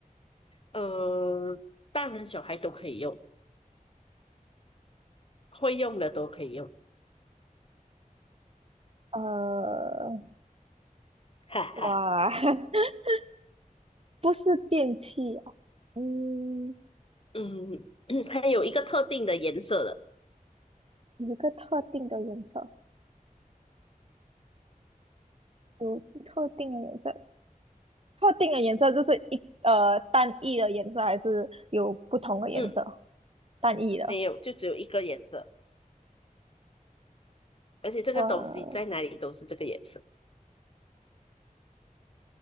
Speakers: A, on the left; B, on the right.
A: 呃，大人小孩都可以用，会用的都可以用。
B: 呃，
A: 哈哈，
B: 哇，<laughs> 不是电器啊，嗯，
A: 嗯，<clears throat> 它有一个特定的颜色的，
B: 有一个特定的颜色，有特定的颜色，特定的颜色就是一呃单一的颜色，还是有不同的颜色？
A: 嗯，
B: 单一的，
A: 没有，就只有一个颜色，而且这个东西在哪里都是这个颜色，
B: 哇